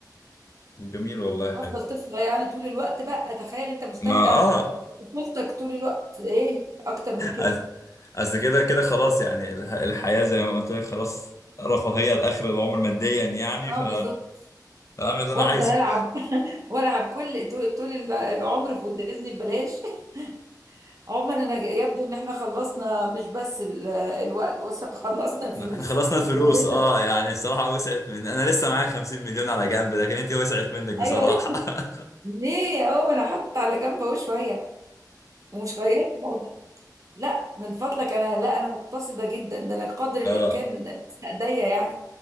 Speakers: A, on the left; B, on the right.
A: جميل والله حلو
B: هفضل طفلة يعني طول الوقت بقى تخيل انت مستمتع
A: ما اه
B: طفولتك طول الوقت ايه اكتر من كده
A: أص- اصل كده كده خلاص يعني الح- الحياة زي ما قلت لك خلاص رفاهية لآخر العمر ماديا يعني
B: اه
A: ف
B: بالظبط
A: اعمل اللي انا
B: وافضل
A: عايزه
B: العب <laughs> والعب كل طول طول العمر في ولد ديزني ببلاش <laughs> عموما انا يبدو ان احنا خلصنا مش بس ال- الوقت وص- خلصنا الفلوس
A: احنا إحنا خلصنا الفلوس
B: ولا لسه
A: اه يعني الصراحة وسعت من انا لسه معايا 50 مليون على جنب لكن انت وسعت منك بصراحة
B: ايوه
A: <laughs>
B: ليه يا هو انا حاطه على جنب اهو شويه ومش غيرت الموضوع لا من فضلك انا لا انا مقتصده جدا ده انا قدر الامكان
A: اه
B: استأذية يعني